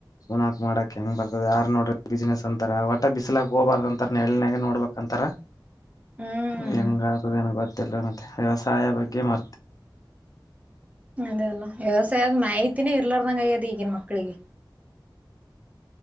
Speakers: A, on the left (about 45°); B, on the right (about 15°).
A: ಉಣಾಕ್ ಮಾಡಕ್ ಹೆಂಗ್ ಬರ್ತದ ಯಾರ್ ನೋಡ್ರ ಬಿಸಿನನೆಸ್ ಅಂತಾರ ಒಟ್ಟ ಬಿಸ್ಲಕ್ ಹೋಬಾರ್ದ ಅಂತಾರ ನೆಳ್ನಯಾಗ ನೋಡ್ಬಕ್ಂತಾರ
B: ಹ್ಮ್
A: ಹೆಂಗ ಆಡ್ತದೆನೊ ಗೊ ಮತ್ತೆನ್ ಮತ್ತೆ ವ್ಯವಸಾಯ ಬಗ್ಗೆ ಮ
B: ಅದೇ ಅಲ್ಲ ವ್ಯವಸಾಯದ್ ಮಾಹಿತಿನೇ ಇರ್ಲಾರ ಆಗೈದ್ ಈಗನ್ ಮಕ್ಕಳಿಗೆ